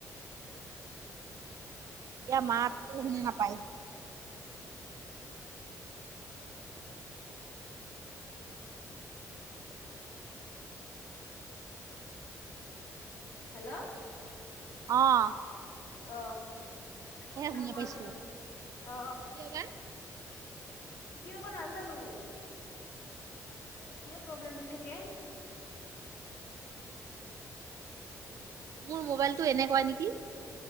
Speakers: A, on the left; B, on the right.
A: শুনা
B: ইয়াৰ
A: নাপাওঁ
B: মাতটো
A: হ'ল দেখোন
B: শুনা
A: আৰু।
B: নাপায়।
A: <unintelligible> হেল্ল'।
B: অহ।
A: অ শুনাই
B: শুনা
A: পোৱা
B: পাইছো
A: নাছিলো, অ
B: কিয় বা
A: কিয় বা নাজানো। কি প্ৰব্লেম দি থাকে।
B: <inaudible> মোৰ মোবাইলটো এনেকুৱা নিকি।